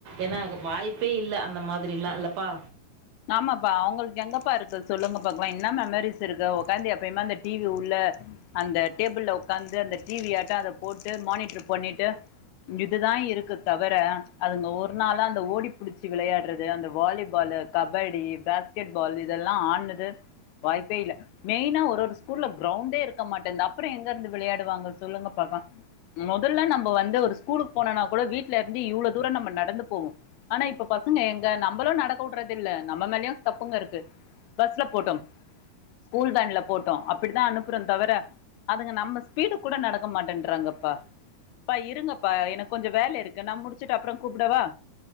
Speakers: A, on the right (about 65°); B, on the left (about 85°).
A: ஏன்னா வாய்ப்பே இல்ல அந்த மாதிரில்லாம் இல்லப்பா
B: ஆமாப்பா அவங்களுக்கு எங்கப்பா இருக்கு சொல்லுங்க பாக்கலாம் இன்னா மெமரிஸ் இருக்கு உக்காந்து எப்பயும அந்த டிவி உள்ள அந்த டேபிள்ல உக்காந்து அந்த டிவி யாட்ட அத போட்டு மானிடர் பண்ணிட்டு இதுதான் இருக்கு தவிர அதுங்க ஒரு நாளா அந்த ஓடி புடிச்சு விளையாடுறது அந்த வாலிபாலு கபடி பேஸ்கெட் பால் இதெல்லாம் ஆட்னது வாய்ப்பே இல்ல மெயினா ஒரு ஒரு ஸ்கூல்ல கிரவுண்டே இருக்க மாட்டேன்து அப்புறம் எங்க இருந்து விளையாடுவாங்க சொல்லுங்க பாக்லா முதல்ல நம்ம வந்து ஒரு ஸ்கூலுக்கு போனோனா கூட வீடல இருந்து இவ்வளோ தூரம் நம்ம நடந்து போவோம் ஆனா இப்ப பசங்க எங்க நம்மளும் நடக்க றது இல்ல நம்ம மேலயும் தப்புங்க இருக்கு பஸ்ல போட்டோம் ஸ்கூல் வேன்ல போட்டோம் அப்படிதான் அனுப்புறோம் தவிர அதுங்க நம்ம ஸ்பீடு கூட நடக்க மாட்டேறாங்கப்பாப்பா இருங்கப்பா எனக்கு கொஞ்சம் வேல இருக்கு நான் முடிச்சுட்டு அப்புறம் கூப்பிடவா